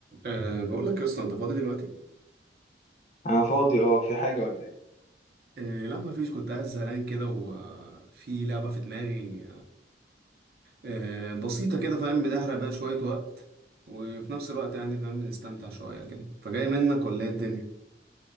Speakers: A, on the right; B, on the left.
A: أه بقول لك يا اسطى انت فاضي دلوقتي
B: انا فاضي اه في حاجة ولا ايه
A: أه لا ما فيش كنت قاعد زهقان كده وفي لعبه في دماغي أه بسيطه كده فاهم بتحرق بقى شويه وقت وفي نفس الوقت يعني فاهم بنستمتع شويه كده فجاي منك ولا ايه الدنيا